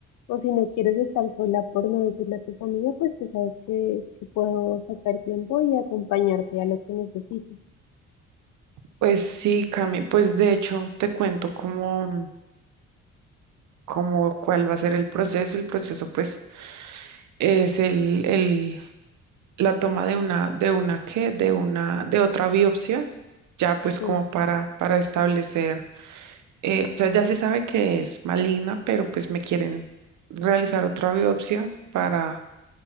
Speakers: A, on the left; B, on the right.
A: o si no quieres estar sola por no decirle a tu familia, pues tú sabes que, que puedo sacar tiempo y acompañarte a lo que necesites.
B: Pues sí, Cami, pues de hecho te cuento cómo, cómo cuál va a ser el proceso. El proceso, pues, es el, el, la toma de una, de una qué, de una, de otra biopsia, ya pues
A: Sí,
B: como para, para establecer, eh, o sea, ya se sabe que es maligna, pero pues me quieren realizar otra biopsia para